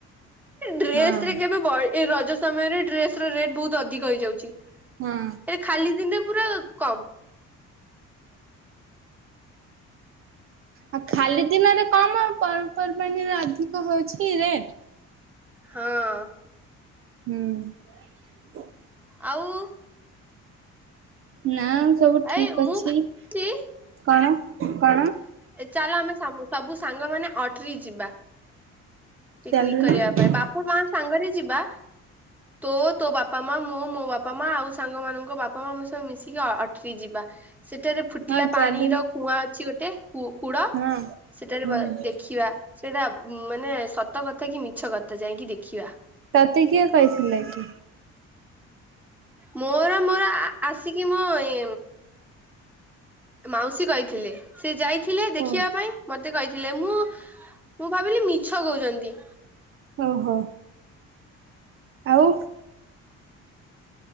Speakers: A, in the centre; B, on the right.
A: ଡ୍ରେସ
B: ହଁ
A: ରେ କେବେ ବ ରଜ ସମୟରେ ଡ୍ରେସ ର ରେଟ୍ ବହୁତ ଅଧିକ ହେଇଯାଉଛି ଏ
B: ହଁ
A: ଖାଲି ଦିନରେ ପୁରା କମ।
B: ଆଉ ଖାଲି ଦିନରେ କମ ଆଉ ପର୍ବପର୍ବାଣିରେ ଅଧିକ ହଉଛି ରେଟ।
A: ହଁ।
B: ହୁଁ।
A: ଆଉ।
B: ନା ସବୁ ଠିକ
A: ଏଇ ମୁଁ
B: ଅଛି
A: ଭାବୁଚି
B: କଣ। କଣ
A: ଚାଲ ଆମେ ସବୁ ସାଙ୍ଗମାନୋ ଅଟ୍ରି ଯିବା। ପିକନିକ
B: ଚାଲୁନି?
A: କରିବା ପାଇଁ ବାପ ମା ସାଙ୍ଗରେ ଯିବା। ତୋ ତୋ ବାପା ମା ମଁ ମୋ ବାପା ମା ଆଉ ସାଙ୍ଗ ମାନଙ୍କ ବାପା ମା ଆମେ ସବୁ ମିଶିକି ଅ ଅଟ୍ରି ଯିବା। ସେଠାରେ ଫୁଟିଲା
B: ହଁ
A: ପାଣିର
B: ଚାଲୁ
A: କୁଆଁ ଅଛି ଗୋଟେ କୁ କୂଡ
B: ହଁ
A: ସେଟାରେ
B: ହୁଁ।
A: ଦେଖିବା। ସେଟା ମାନେ ସତ କଥା କି ମିଛ କଥା ଯାଇଁକି ଦେଖିବା।
B: ତତେ କିଏ କହିଥିଲେ କି?
A: ମୋର ମୋର ଆସିକି ମଁ ଏ ମାଉସୀ କହିଥିଲେ ସେ ଯାଇଥିଲେ ଦେଖିବା
B: ଓ
A: ପାଇଁ ମ ମତେ କହିଥିଲେ ମୁଁ ମୁଁ ଭାବିଲି ମିଛ କହୁଛନ୍ତି।
B: ଓ ହୋ ଆଉ।